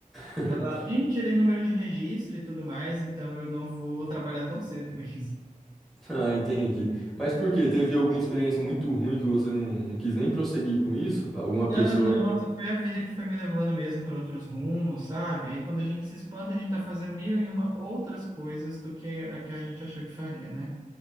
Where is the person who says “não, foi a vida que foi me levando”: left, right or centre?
Right